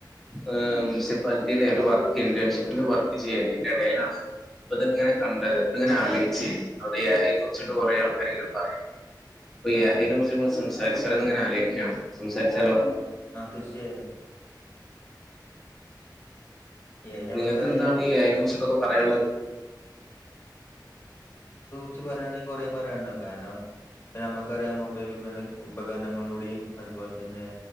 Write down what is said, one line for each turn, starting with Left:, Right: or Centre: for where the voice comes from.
Centre: <unintelligible> മുനിസിപ്പാലിറ്റിയിലെ ഒരു വർക്ക് ഇന്റേൺഷിപ്പിന്റെ വർക്ക് ചെയ്യുന്നു ഇതിന്റെ ഇടയിലാണ് അപ്പൊ അതക്കെ ഇങ്ങനെ കണ്ടത് അപ്പൊ ഇങ്ങനെ ആലോചിച്ച് അവിടെ അതിനെ കുറിച്ചിട്ട് കൊറെ ആൾക്കാരെ പറയണ്ട് അപ്പം എ
Left: ആഹ്
Centre: ഐ നെ കുറിച്ച് നമ്മൾ സംസാരിച്ചാലോന്ന് ഇങ്ങനെ ആലോചിക്കുകയാണ് സംസാരിച്ചാലോ
Left: ആ തീർച്ചയായും എ ഐ നമുക്കറിയാം
Centre: നിങ്ങൾക്കെന്താണ് <unintelligible> കുറിച്ചിട്ടൊക്കെ പറയാനുള്ളത്
Left: കുച്ച് പറയാണെങ്കിൽ കുറെ പറയാനുണ്ടാവും കാരണം നമുക്കറിയാം മൊബൈൽ ഉപ ഉപകരണങ്ങളിലൂടെയും അതുപോലെ തന്നെ